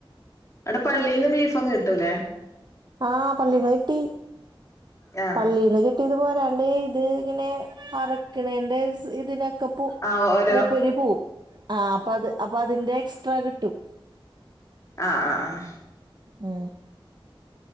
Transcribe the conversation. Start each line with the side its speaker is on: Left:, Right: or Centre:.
Left: അവിടെ പള്ളിയിന്ന് ബീഫൊക്കെ കിട്ടൂല്ലേ
Right: ആഹ് പള്ളീന്ന് കിട്ടി
Left: ആ
Right: പള്ളീന്ന് കിട്ടിയത് പോരാണ്ട് ഇത് ഇങ്ങനെ അറക്ക്ണേന്റെ സ്ഇതിനൊെ ക്കപ്പു
Left: ആ ഓരോ
Right: മൂപ്പര് പോവും ആ അപ്പൊ അത് അപ്പൊ അതിന്റെ എക്സ്ട്രാ കിട്ടും
Left: ആഹ ആഹ ആഹ
Right: ഉം